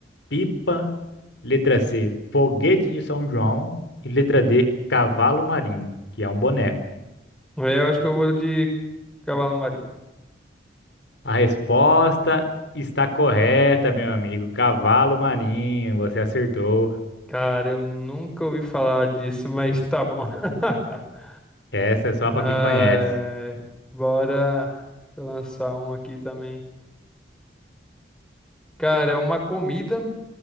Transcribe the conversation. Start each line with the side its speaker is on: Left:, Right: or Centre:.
Left: pipa. Letra C, foguete de São João. E letra D, cavalo marinho, que é um boneco.
Centre: É, Eu acho que eu vou de cavalo marinho.
Left: A resposta está correta, meu amigo. Cavalo marinho, você acertou.
Centre: Cara, eu nunca ouvi falar disso, mas tá bom. <laughs>
Left: Essa é só para
Centre: Ah,
Left: quem conhece.
Centre: é. Bora deixa eu lançar um aqui também. Cara, é uma comida